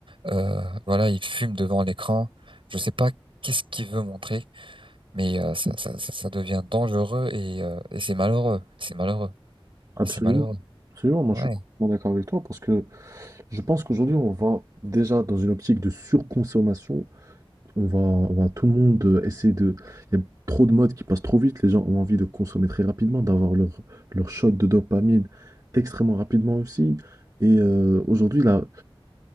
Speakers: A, on the right; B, on the right.
A: Euh, voilà, il fume devant l'écran. Je sais pas qu'est-ce qu'il veut montrer, mais euh, ça, ça, ça, ça devient dangereux et, euh, et c'est malheureux. C'est malheureux.
B: Absolument.
A: Et c'est malheureux.
B: Absolument, moi
A: Ouais,
B: je suis complètement d'accord avec toi parce que je pense qu'aujourd'hui on va déjà dans une optique de surconsommation. On va, on va tout le monde euh, essayer de. Il y a trop de modes qui passent trop vite. Les gens ont envie de consommer très rapidement, d'avoir leur, leur shot de dopamine extrêmement rapidement aussi. Et euh, aujourd'hui, là,